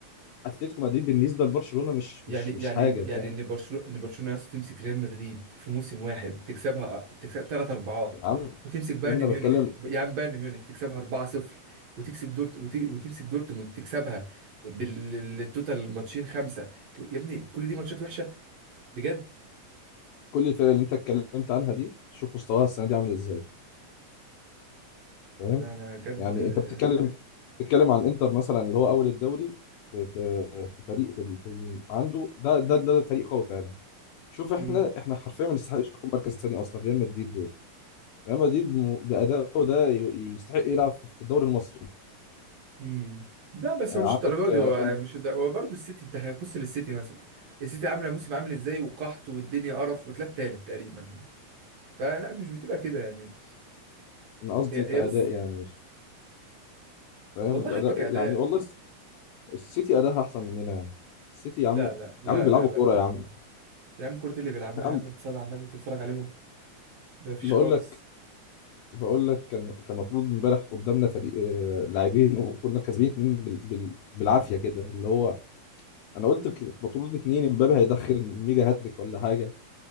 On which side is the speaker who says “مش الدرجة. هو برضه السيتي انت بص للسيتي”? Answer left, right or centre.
Right